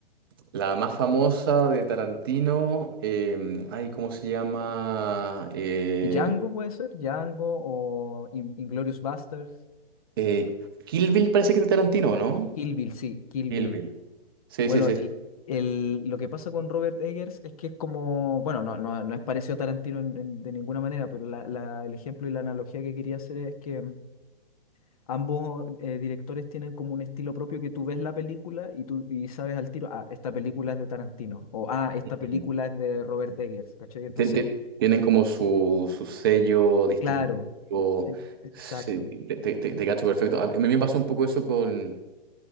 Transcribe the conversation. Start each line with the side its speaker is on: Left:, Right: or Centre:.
Right: La más famosa de Tarantino, eh, ay, ¿cómo se llama? Eh,
Left: Y Django puede ser, Django o In- Inglourious Basterds,
Right: eh, Kill Bill parece que es de Tarantino, ¿no?
Left: Kill Bill, sí, Kill
Right: Kill
Left: Bill.
Right: Bill. Sí,
Left: Bueno,
Right: sí, sí.
Left: el, el- lo que pasa con Robert Eggers es que es como, bueno, no, no, no es parecido a Tarantino en- en- de ninguna manera, pero la- la- el ejemplo y la analogía que quería hacer es que mm, ambos eh, directores tienen como un estilo propio que tú ves la película y tú y sabes al tiro, ah, esta película es de Tarantino, o ah, esta película
Right: sí.
Left: es de Robert Eggers, ¿cachai? Entonces,
Right: Ti- ti- Tienen como su, su sello distintivo.
Left: claro, e- exacto,
Right: Sí, te, te- te- te cacho perfecto. A mí me pasó un poco eso con.